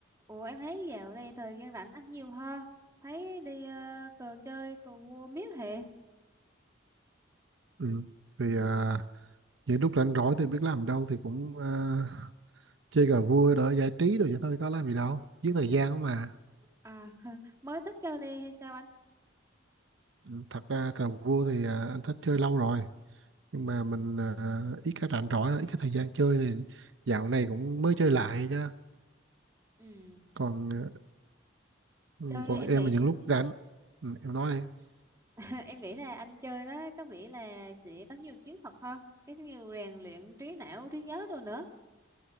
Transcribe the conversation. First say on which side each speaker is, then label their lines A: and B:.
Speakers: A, on the right; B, on the right.
A: Ủa em thấy dạo này thời gian rảnh anh nhiều ha. Thấy đi ờ, cờ chơi cờ vua miết hệ.
B: Ừ. Vì à, những lúc rảnh rỗi thì biết làm đâu thì cũng à, chơi cờ vua đỡ giải trí rồi vậy thôi có làm gì đâu giết thời gian không mà
A: À <laughs> mới thích chơi đi hay sao anh?
B: Ừ, thật ra cờ vua thì à, anh thích chơi lâu rồi nhưng mà mình à, ít cái rảnh rỗi ít cái thời gian chơi thì dạo này cũng mới chơi lại chứ
A: Ừ,
B: còn à, ừ,
A: chơi
B: còn
A: em
B: em
A: nghĩ
B: là những lúc rảnh ừ, em nói đi
A: <laughs> em nghĩ là anh chơi đó có vẻ là sẽ có nhiều chiến thuật hơn, cái nhiều rèn luyện trí não, trí nhớ đồ nữa.